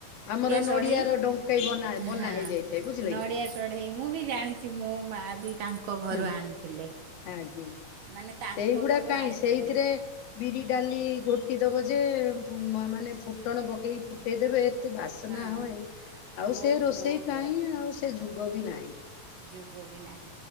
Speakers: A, on the left; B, on the right.
A: ଆମର ନଡିଆର
B: ସଢ଼େଇ
A: ଡଙ୍କେଇ ବ ବନା
B: ହଁ
A: ହେଇଯାଇଥାଏ ବୁଝିଲ।
B: ନଡ଼ିଆ ଚଢେଇ ମୁଁ ବି ଜାଣିଛି ମୋ ମା ବି ତାଙ୍କ ଘରୁ
A: ହୁଁ
B: ଆଣିଥିଲେ।
A: ଆଜ୍ଞା
B: ମାନେ ତାଙ୍କ
A: ସେଇଗୁଡା
B: ଘରୁ
A: କାହିଁ
B: ଆଣିଥିଲେ
A: ସେଇଥିରେ ବିରି ଡାଲି ଘୋଟି ଦେବ ଯେ ମ ମାନେ ଫୁଟଣ ପକାଇକି ଫୁଟାଇ ଦେବେ ବାସ୍ନା
B: ହଁ
A: ହୁଏ ଆଉ
B: ବହୁତ
A: ସେ ରୋଷେଇ
B: ବହୁତ
A: କାହିଁ ଆଉ ସେ ଯୁଗ ବି ନାହିଁ।
B: ଯୋଗ ବି ନାଇଁ।